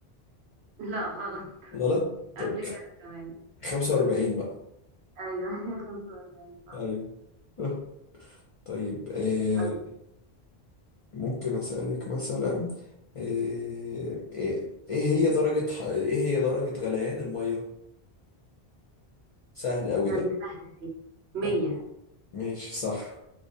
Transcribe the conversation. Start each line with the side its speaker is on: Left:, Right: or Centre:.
Right: <laughs> لا غلط
Left: غلط طب
Right: قبل كده كمان
Left: 45 بقى
Right: ايوه <laughs> 45 صح
Left: ايوه <laughs> آه. طيب إيه
Right: طيب
Left: ممكن أسألك مثلا إيه إيه إيه هي درجة ح- إيه هي درجة غليان المية سهل أوي
Right: لا
Left: ده
Right: دي سهلة دي 100
Left: أيوة، ماشي صح